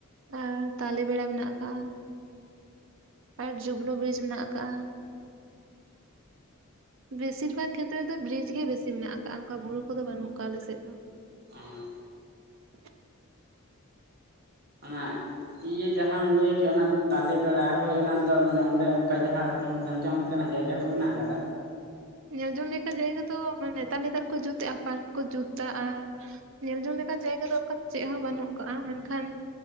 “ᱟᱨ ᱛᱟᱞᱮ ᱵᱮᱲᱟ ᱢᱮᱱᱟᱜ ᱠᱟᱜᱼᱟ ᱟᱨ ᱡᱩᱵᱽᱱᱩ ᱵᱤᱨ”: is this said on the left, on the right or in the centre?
Right